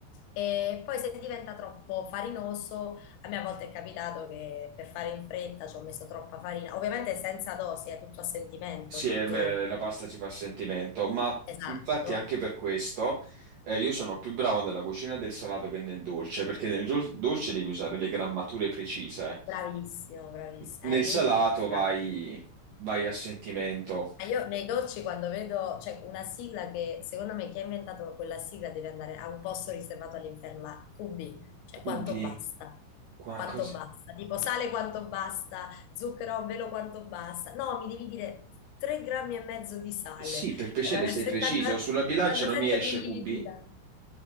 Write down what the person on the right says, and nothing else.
Sì,
eh, beh, la pasta ci fa sentimento, ma
infatti anche per questo eh, io sono più bravo nella cucina del salato che nel dolce, perché nel gio- dolce devi usare le grammature precise.
Nel
salato
vai, vai a sentimento,
cubi,
qua,
così.
Sì, per piacere sei
preciso, sulla bilancia
non mi esce
cubi.